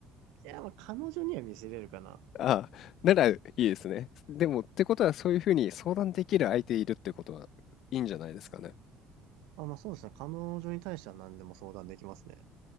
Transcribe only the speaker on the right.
いや、まあ彼女には見せれるかな。
あ、まあそうですね、彼女に対しては何でも相談できますね。